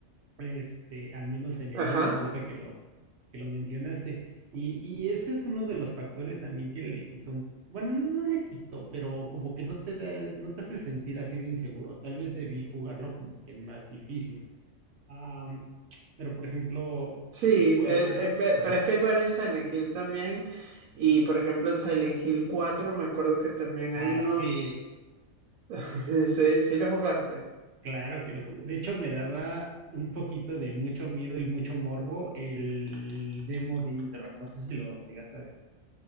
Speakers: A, on the right (about 55°); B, on the right (about 80°).
A: este, al menos en el
B: Ajá.
A: uno ahorita que lo, que lo mencionaste. Y, y ese es uno de los factores también que le quitó, un- bueno, no, no le quitó, pero como que no te da, no te hace sentir así de inseguro. Tal vez debí jugarlo como que más difícil. Am, pero por ejemplo,
B: Sí,
A: un juego,
B: el- el pe-
A: ajá,
B: pero es que hay varios Silent Hill también. Y por ejemplo, en Silent Hill cuatro me acuerdo que también
A: ah,
B: hay unos.
A: sí,
B: <laughs> Sí, sí lo jugaste.
A: claro que lo jugué. De hecho, me daba un poquito de mucho miedo y mucho morbo el demo de intro. No sé si lo llegaste a ver.